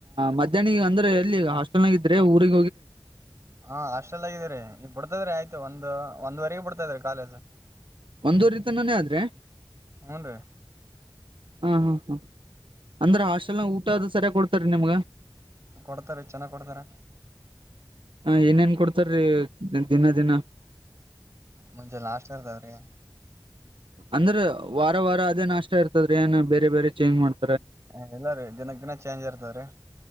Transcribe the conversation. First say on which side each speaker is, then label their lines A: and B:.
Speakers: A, on the right; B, on the right.
A: ಮಧ್ಯಾಹ್ನಗ ಅಂದ್ರೆ ಎಲ್ಲಿ
B: ಹ
A: ಹಾಸ್ಟೆಲ್ನಾಗ ಇದ್ರೆ. ಹೋಗಿ
B: ಹಾ ಅಷ್ಟಲ್ಲಾಗಿದೀರಿ ಈಗ ಬಿಡ್ತದ್ರೆ ಆಯ್ತು ಒಂದು. ಒಂದ್ರೊ ಬಿಡ್ತಾ ಇದ್ರೀ ಕಾಲೇಜ್.
A: ಒಂದ ರೀತನಾನೇ ಆದ್ರೆ
B: ಹೂನ್ ರೀ
A: ಹ ಹಾ ಹಾ ಅಂದ್ರೆ ಹಾಸ್ೆಲ್ನ ಊಟ ಆದ ಸರಿಯ ಕೊಡ್ ರಿ ನಿಮ್ಗ
B: ಕೊಡ್ತಾರೆ ಚೆನ್ನಾಗ್ ಕೊಡ್ತಾರ.
A: ಹ ಏನ್ೇನ್ ಕೊಡ್ತಾರೀ. ದಿನ ದಿನ
B: ಮುಂಚೆ ಲಾಷ್ಟ ಅದಾವ್ರಿ.
A: ಅಂದ್ರ ವಾರ ವಾರ ಅದೇ ನಾಷ್ಟ ಇರ್ತದ್ರಿ ಏನ್ ಬೇರೆ ಬೇರೆ ಚೇಂಜ್ ಮಾಡ್
B: ಹ ಇಲ್ಲಾರೀ ದಿನಕ್ ದಿನ ಚೇಂಜ್ ಇರ್ತದ್ರಿ.